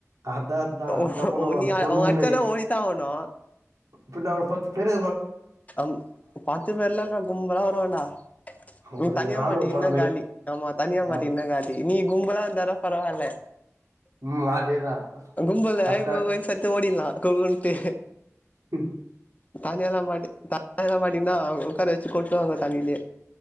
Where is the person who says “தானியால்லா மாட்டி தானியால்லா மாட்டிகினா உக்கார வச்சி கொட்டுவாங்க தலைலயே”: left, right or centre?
Left